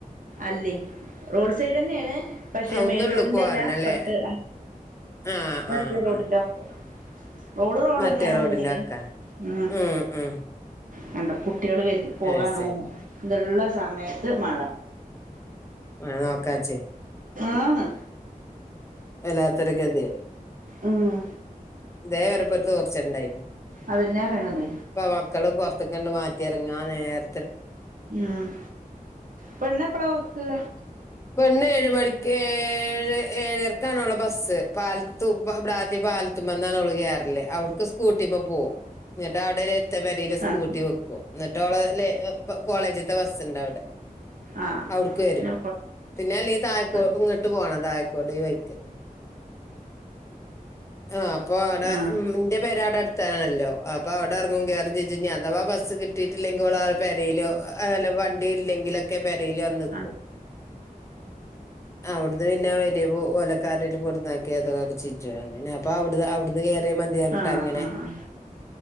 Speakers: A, on the right; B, on the left.
A: അല്ലെയ് റോഡ് സൈഡ് തന്നെയാണ് പക്ഷെ
B: ആഹ് ഒന്നുള്ള്ക്ക്
A: മെയിൻ റോഡിന്റെ
B: പോരണല്ലേ?
A: അല്ല അപ്പറത്ത്
B: ആഹ്
A: മറ്റെ
B: ആഹ്
A: റോഡിൻ്റെ
B: ആഹ്
A: വക്കിനാ. റോഡ് റോഡന്നയാണോ
B: മറ്റേ റോഡിന്റെ
A: മുന്നിൽ
B: വക്കാണ്.
A: ആ ഹ്.
B: ഉം ഉം
A: കണ്ടോ കുട്ടികൾ പോകാനുള്ള
B: അയ് ശരി.
A: സമയത്ത് മഴ.
B: ആ നോക്കാച്ചേ.
A: ആന്ന്.
B: വല്ലാത്തൊരു ഗതികേട്.
A: ഉം
B: ദേവരപ്പുറത്ത് കൊറച്ചേരണ്ടായിരുന്ന്
A: അതന്നെ പറയണത്
B: ഇപ്പ മക്കള് പൊറത്ത്. കണ്ട് മാറ്റിയിറങ്ങാൻ നേര
A: ആഹ് പെണ്ണ് എപ്പഴാ പോക്ക്.
B: പെണ്ണ് ഏഴ് മണിക്ക് ഏഴ് ഏഴരക്കാണ് ഓള ബസ്സ് പാലത്തു. <unintelligible> പാലത്തുമന്നാണ് അവള് കേറല് അവ്ട്ക്ക് സ്കൂട്ടീമ്മ പോകും എന്നിട്ട് അവിടെ വരെ അടുത്ത പരയില് സ്കൂട്ടി
A: ആഹ്
B: വെക്കും എന്നിട്ടോള ലെ കോളേജത്തെ ബസ്സുണ്ട് അവിടെ.
A: ആഹ്
B: അവിടുക്ക് വരും
A: പിന്നെ
B: പിന്നെ അല്ല തഴക്കോട്
A: കൊഴപ്പല്ല
B: ഇങ്ങോട്ട് പോണം തഴക്കോട് ഈ വൈക്ക്. <unintelligible> ആ അപ്പൊ അവിടെ
A: ആഹ്
B: ന്റെ പെരെ അവിടെ അടുത്താണല്ലോ അപ്പൊ അവിടെ <unintelligible> അഥവാ ബസ് കിട്ടിയിട്ടില്ലെങ്കിൽ ഓളാ പെരലോ ആ അല്ല വണ്ടിയില്ലെങ്കിലൊക്കെ പെരീല് വന്ന്ക്കും.
A: ആഹ്
B: അവിടുന്ന് പിന്നെ <unintelligible> ഒലക്കരേലും കൊടുന്നാക്കേ <unintelligible> അതൊക്കെ ഒക്കെ ചെജ്ജും. <unintelligible> അവിടു അവിടുന്ന് കേയറിയ മതിയാനിട്ടാ
A: ആഹ്
B: അങ്ങനെ
A: ആഹ് ആഹ് ആഹ്